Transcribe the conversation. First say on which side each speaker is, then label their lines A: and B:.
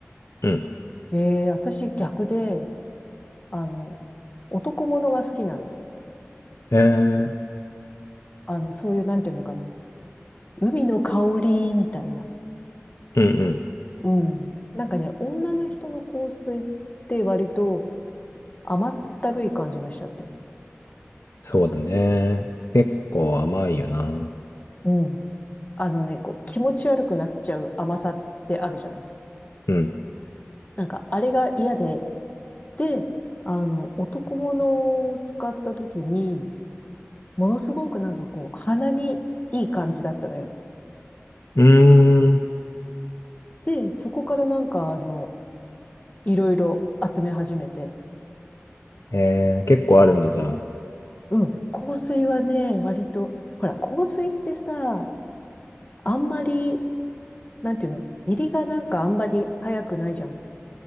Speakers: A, on the left; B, on the left.
A: うん。
B: えー、私逆で、あの、男物が好きなの。
A: えー、
B: あの、そういう、なんていうのかな。海の香りみたいな。
A: うんうん。
B: うん。なんかね、女の人の香水って割と甘ったるい感じがしちゃって。
A: そうだね。結構甘いよな。
B: うん。あのね、こう、気持ち悪くなっちゃう甘さってあるじゃない
A: うん。
B: なんか、あれが嫌で、で、あの、男物を使った時に、ものすごくなんかこう、鼻にいい感じだったのよ。
A: うーん。
B: で、そこからなんかあの、いろいろ集め始めて。
A: えー、結構あるんだじゃあ。
B: うん。香水はね、割と、ほら、香水ってさ、あんまり、なんていうの、入りがなんかあんまり早くないじゃん。